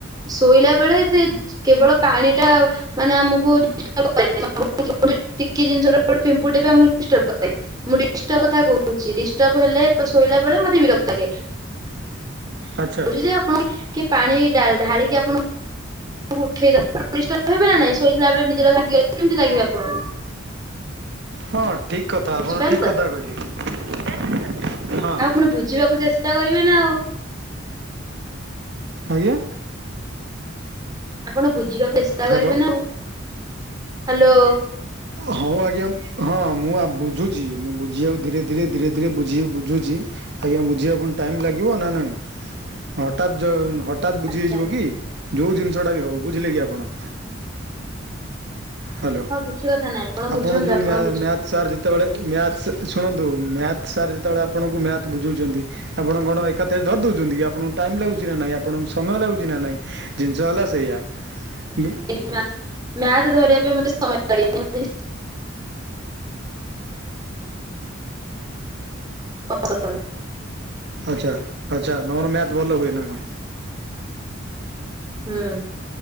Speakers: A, on the right; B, on the right.
A: ଶୋଇଲା ବେଳେ ଯେ କେବଳ ପାଣି ଟା ମାନେ ଆମକୁ <unintelligible> ମୁଁ ଡିଷ୍ଟର୍ବ କଥା କହୁଛି ଡିଷ୍ଟର୍ବ ହେଲେ ଶୋଇଲା ବେଳେ ମତେ ବିରକ୍ତ୍ ଲାଗେ। ବ
B: ଆଚ୍ଛା
A: ଯେ ଆପଣ କି ପାଣି ଢାଳିକି ଆପଣ ଉଠେଇ ହେ ନା ନାଇଁ ଶୋଇଥିଲା ବେଳେ ନିଦ ଟା ଭାଙ୍ଗିଗଲେ କେମିତି ଲାଗିବ ଆପଣଙ୍କୁ।
B: ହଁ। ଠିକ୍ କଥା
A: ବୁଝିପାରିଲେ
B: ଆପଣ ଠିକ୍
A: ତ
B: କଥା କହିଲେ ହଁ।
A: ଆ ବୁଝିବାକୁ ଚେ ଷ୍ଟା କରିବେ ନା ଆଉ।
B: ଆଜ୍ଞା।
A: ଆପଣ ବୁଝିବାକୁ ଚେଷ୍ଟା
B: ହ୍ୟାଲୋ।
A: କରିବେ ନା ଆଉ। ହାଲୋ।
B: ହଉ ଆଜ୍ଞା ହଁ ମୁଁ ଆ ବୁଝୁଛି ମୁଁ ବୁଝିବାକୁ ଧୀରେ ଧୀରେ ଧୀରେ ଧୀରେ ବୁଝି- ବୁଝୁଛି। ଆଜ୍ଞା ବୁଝିବା ପୁଣି ଟାଇମ୍ ଲାଗିବ ନା ନାଇଁ ହଠାତ୍ ଯୋଉ ହଟା ହଠାତ୍ ବୁଝି
A: ଆଚ୍ଛା
B: ହେଇଯିବ କି? ଯୋଉ ଜିନିଷଟା ବି ହଉ ବୁଝିଲେ କି ଆପଣ। ହାଲୋ
A: ହଁ କିଛି କଥା ନାହିଁ
B: ଆପଣ
A: ବୁଝନ୍ତୁ
B: ଯେଉଁ ମ୍ୟାଥ୍
A: ବୁଝ
B: ସାର୍ ଯେତେବେଳେ ମ୍ୟାଥ୍ସ୍ ଶୁଣନ୍ତୁ ମ୍ୟାଥ ସାର୍ ଯେତେବେଳେ ଆପଣଙ୍କୁ ମ୍ୟାଥ୍ ବୁଝଉଛନ୍ତି ଆପଣ କଣ ଏକାଥରେ ଧରି ଦଉଛନ୍ତି କି ଆପଣଙ୍କୁ ଟାଇମ ଲାଗୁଛି ନା ନାଇଁ ଆପଣଙ୍କୁ ସମୟ ଲାଗୁଛି ନା ନାଇଁ। ଜିନିଷ ହେଲା ସେଇଆ ବୁ
A: ମ୍ଯା ମ୍ୟାଥ ଧରିବା ପାଇଁ ମତେ ସମୟ ଲାଗେନି <unintelligible> <unintelligible>
B: ଆଚ୍ଛା ଆଚ୍ଛା ତମର ମ୍ୟାଥ ଭଲ ହୁଏ ନା କ
A: ହୁଁ।